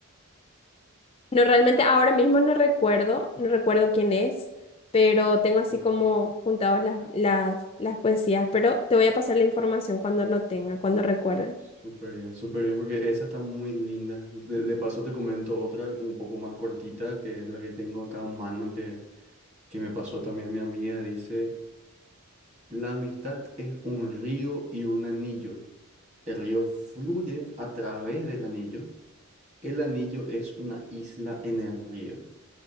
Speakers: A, on the left; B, on the right.
A: No, realmente ahora mismo no recuerdo, no recuerdo quién es, pero tengo así
B: Ok.
A: como juntado las, las, las poesías, pero te voy a pasar la información cuando lo tenga, cuando recuerde.
B: Súper bien, súper bien, porque esa está muy linda. De, de paso te comento otra un poco más cortita, que es la que tengo acá en mano, que, que me pasó también mi amiga. Dice, la amistad es un río y un anillo. El río fluye a través del anillo. El anillo es una isla en el río.